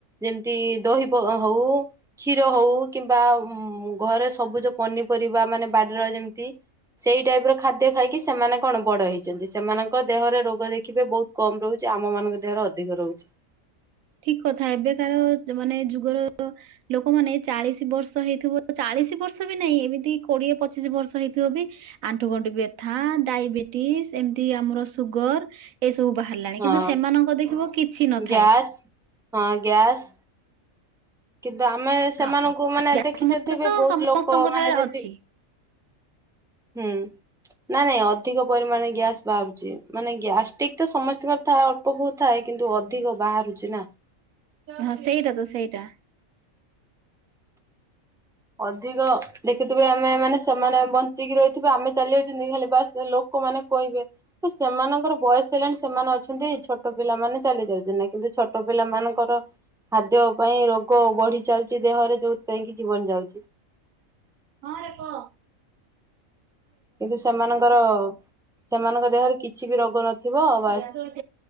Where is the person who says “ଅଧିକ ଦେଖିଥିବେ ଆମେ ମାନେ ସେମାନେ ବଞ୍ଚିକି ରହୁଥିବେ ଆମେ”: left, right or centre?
Centre